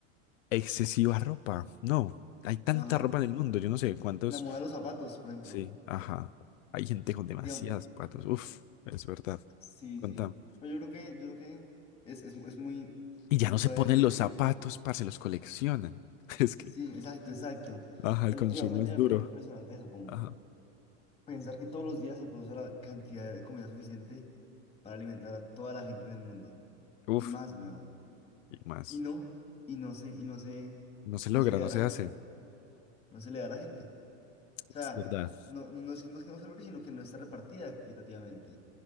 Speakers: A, on the left; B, on the left.
A: Excesiva ropa. No, hay tanta
B: Ajá.
A: ropa en el mundo. Yo no sé cuántos.
B: La moda de los zapatos, por ejemplo.
A: Sí, ajá. Hay gente con demasiados
B: Digamos,
A: zapatos. Uf, es verdad.
B: sí,
A: contamos
B: sí. Pero yo creo que, yo creo que es, es, es muy
A: Y ya
B: culpa
A: no se ponen
B: de, de,
A: los
B: de-
A: zapatos, parce, los coleccionan. <laughs> Es que,
B: Sí, exacto, exacto.
A: ajá,
B: Eh,
A: el consumo
B: Digamos, a mí
A: es
B: también
A: duro.
B: me parece muy impresionante eso, como
A: Ajá.
B: pensar que todos los días se produce la cantidad de comida suficiente para alimentar a toda la gente en el mundo.
A: Uf,
B: Y más, weón.
A: y más.
B: Y no, y no se, y no se,
A: No se
B: no
A: logra,
B: se le
A: no
B: da a
A: se
B: la gente.
A: hace.
B: No se le da a la gente. O sea,
A: Es verdad.
B: no, no no es que no, es que no se logre, sino que no está repartida equitativamente.